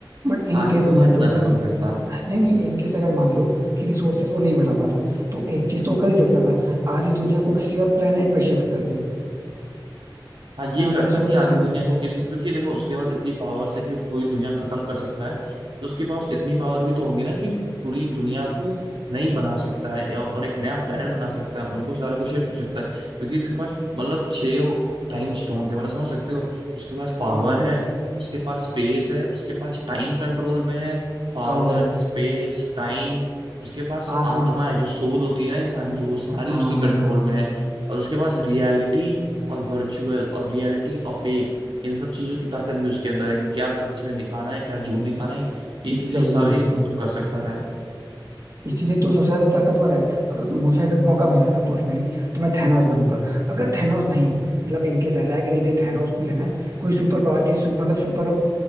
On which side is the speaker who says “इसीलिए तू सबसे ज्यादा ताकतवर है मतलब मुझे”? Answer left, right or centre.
Right